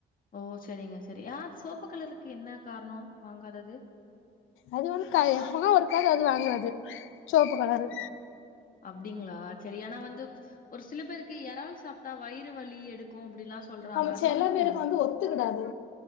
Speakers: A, on the left (about 45°); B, on the left (about 80°).
A: ஓ செரிங்க செரி அ செவப்பு கலருக்கு என்ன காரணோ வாங்காதது
B: அது வந்து கய யெப்பவோ ஒருக்காக அது வாங்குறது சொவப்பு கலரு
A: ஓ! அப்டிங்களா செரி எனா வந்து ஒரு சில பேருக் கு எறால் சாப்ட்டா வயிறு வலி எடுக்கு அப்டிலா சொல்றாங்க
B: ஆமா
A: அதெல்லா
B: செல
A: உண்மையா
B: பேருக்கு வந்து ஒத்துக்கிடாது